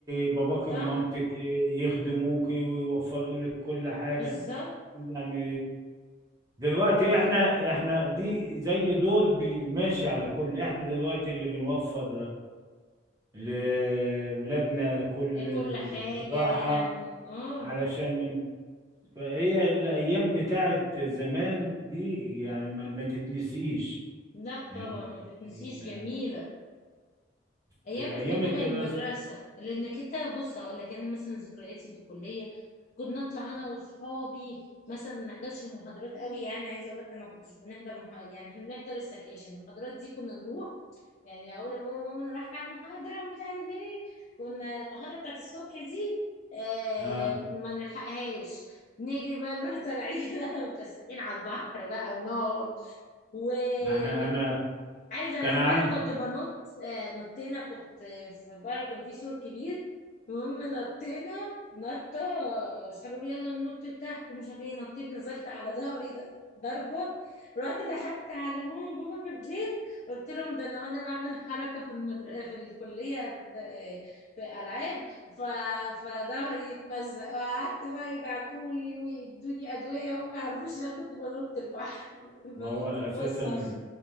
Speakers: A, on the right (about 20°); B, on the left (about 40°).
A: باباكي
B: صح
A: ومامتك يخدموكي ويوفروا لك كل حاجة
B: بالظبط
A: يعني دلوقتي احنا احنا دي زي دور بي- ماشي على كل احنا دلوقتي اللي بنوفر لولادنا كل
B: آه، كل حاجة
A: الراحة
B: يعني اه
A: علشان ن- فهي الأيام بتاعت زمان دي يعني ما, ما تتنسيش
B: لا
A: يعني
B: طبعا ما تتنسيش
A: آه،
B: جميلة ايام
A: في ايام
B: كمان
A: الدراسه
B: المدرسة لانك انت بص هقول لك انا مثلا ذكرياتي في الكلية كنا نطلع انا واصحابي مثلا ما نحضرش المحاضرات قوي يعني عايزه اقول لك انا ما كنتش بنحضر مح... يعني احنا بنحضر السكاشن المحاضرات دي كنا نروح يعني اقول لبابا ماما انا رايحه المحاضره مش عارف ايه كنا المحاضره بتاعت الصبح دي آه
A: اه
B: ما نلحقهاش نجري بقى نروح طالعين <laughs> متفسحين على البحر بقى ونقعد و...
A: ما احنا
B: و...
A: انا
B: عارف ده
A: كان
B: انا في
A: عندي
B: مره كنت بنط آه، نطينا كنت آه، في بره كان في سور كبير المهم نطينا نطه آه، اصحابي يقولوا يلا ننط تحت ومش عارف ايه نطيت نزلت على ظهري ده ضربه رحت ضحكت على ماما وبابا في البيت قلت لهم ده انا وانا بعمل حركه في المدر... في الكليه في, في العاب ف... فظهري اتمزق وقعدت بقى يدعكولي ويدوني ادويه وهم ما يعرفوش ان انا كنت بنط البحر بنط
A: ما هو اساسا
B: من فوق الصخر